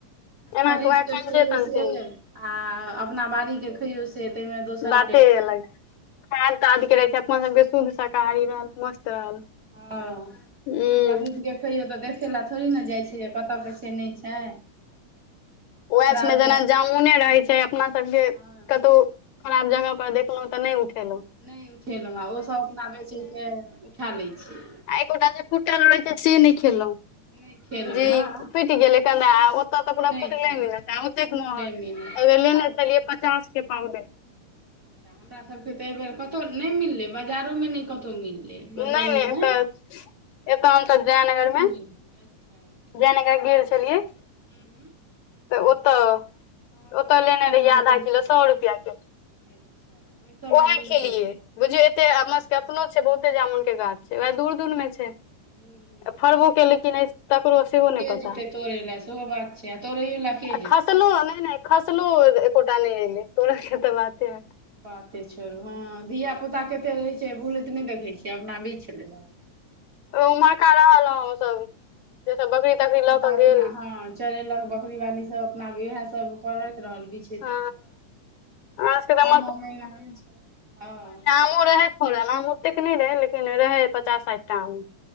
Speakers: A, on the left; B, on the right.
A: एना
B: खरीदके
A: के वएह कंचे
B: खइयौ
A: तंचे
B: से
A: मिलत
B: आ अपना बाड़ी के खइयो से ताहिमे दोसर
A: बाते
B: टेस्ट
A: अलग
B: यै
A: <unintelligible> छै अपन बे शुद्ध शाकाहारी रहल मस्त रहल
B: हँ
A: हूँ
B: आ खरिद के खैयौ तऽ देखै लए थोड़ी न जाइ छै कत के छै नै छै
A: उएह
B: हमरा
A: छै
B: आरके
A: ने जेना जामुने रहै छै अपना सबके
B: हँ
A: कतु खराब जगह पर देखलौं तऽ नै उठेलौं
B: नै उठेलौं ओसब अपना बेचैके उठा लै छै
A: आ एकोटा जे फुटल रहै छै से नै खेलौं
B: नहि खेलहुँ
A: जी
B: हेँ
A: फुटि गेलै कंदा आ ओतऽ तऽ पूरा
B: नहि
A: फुटलै
B: खायब
A: मिलत ओतेक
B: फुटले
A: महग
B: मिलत
A: लेने
B: आ
A: छलियै पचास के पाव दे
B: अच्छा हमरा सबके तऽ एहि बेेर कतहु नै मिललै बाजारोमे नै कतहु मिललै मधुबनीमे
A: नै नै एतऽ एत
B: मधुबनीमे
A: हमसब जय नगर
B: नहि
A: मे
B: मिललै अच्छा
A: जयनगर गेल छलियै
B: हूँ हूँ
A: तऽ ओ तऽ
B: हँ
A: ओतऽ
B: तऽ ओहि
A: लेने
B: सबमे
A: रहियै आधा
B: मिल सकै
A: किलो सए रुपआ के
B: अच्छा ओहि सबमे
A: उहे
B: मिल
A: खेलियै
B: सकै
A: बुझियौ एते हमर सबके अपनो छै बहुते जामुनक के गाछ छै वएह दूर दूर मे छै
B: दूर दूरमे
A: फड़बो
B: छै हँ
A: केलै किनै से ककरो सेहो
B: तऽ
A: नै
B: के
A: पता
B: जेतै तोड़ै लए सेहो बात छै आ तोड़ैयो लए के
A: आ
B: जेतै
A: खसलो नै नै खसलो एकोटा नै एलै तोर के तऽ बाते हटा
B: बाते छोड़ू हँ धियापुता कते रहै छै बूलैत नै देखै छियै अपना बिछि लेलक
A: उम्हरका रहलौ ओसब जे सब बकरी
B: धिया
A: तकरी
B: पुता
A: लऽ क
B: अपना
A: गेल
B: हँ चरेलक बकरीवाली सब अपना इएह सब करैत रहल बिछ बिछैत
A: हँ
B: रहल अपन
A: हमरा सबके तऽ
B: आमअ महिना नै छाय हँ
A: ओ रहै फोरल आम ओतेक नै रहै लेकिन रहै पचास साठि टा आम